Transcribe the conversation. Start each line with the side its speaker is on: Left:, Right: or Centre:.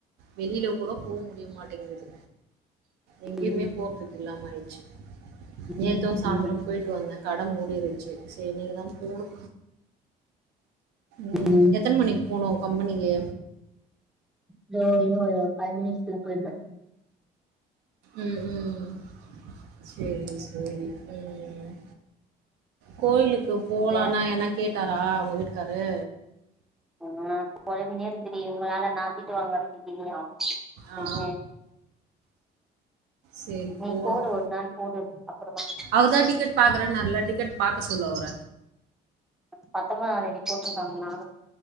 Right: வெளியில போ முடிய மாட்டிங்குது எங்கயுமே
Centre: ம்
Right: போர்றதுக்கு இல்லாம ஆயிடுச்சி நேத்தும்
Centre: ம்
Right: சாயந்திரம்
Centre: ம்
Right: போய்ட்டு வந்தேன் கா கட மூடி இருந்துச்சு செரினு தான் போணும் உம்
Centre: ம்
Right: எத்தன மணிக்கு போனும் கம்பெனிக்கு
Centre: இதோ இன்னோ பைய் மினிட்ஸ்ல போய்டுவேன்
Right: உஹம் உம் சேரி சேரி உஹம் கோயிலுக் கு போலாம்ன
Centre: இங்க
Right: என்னா கேட்டாரா உங்க வீட்டு கரு
Centre: ஆஹ குழம்பினே இருக்குது உங்களால நான் திட்டு வாங்க <unintelligible>
Right: ஆ.
Centre: உம்
Right: சரி
Centre: நீ
Right: போலாம்.
Centre: போடு ஒரு நாள் போடு அப்புறமா
Right: அவர் தான் டிக்கெட் பாக்குறேன்னுரல்ல டிக்கெட் பாக்க சொல்லு அவர
Centre: பத்தொன்பதா தேதி போட்ற்று இருக்காங்கங்ளா